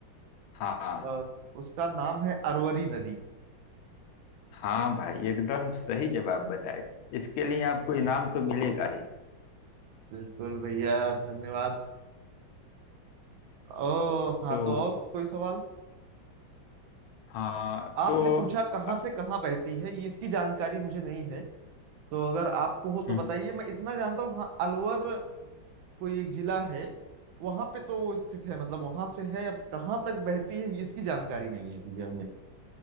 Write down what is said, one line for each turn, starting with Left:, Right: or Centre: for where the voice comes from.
Left: हाँ हाँ
Right: और उसका नाम है अरवरी नदी
Left: हाँ भाई एकदम सही जवाब बताए इसके लिए आपको इनाम तो मिलेगा ही
Right: बिल्कुल भैया धन्यवाद ओ हाँ
Left: तो
Right: तो
Left: और
Right: और कोई सवाल
Left: हाँ
Right: आपने
Left: तो
Right: पूछा कहाँ
Left: अ,
Right: से कहाँ बहती है ये इसकी जानकारी मुझे नहीं है तो अगर आपको हो तो
Left: हम्म
Right: बताइए
Left: हम्म
Right: मैं इतना जानता हूँ हाँ अलवर कोई एक जिला है वहां पे तो वो स्थित है मतलब वहां से है अब कहाँ तक बहती है इसकी जानकारी नहीं है भैया हमें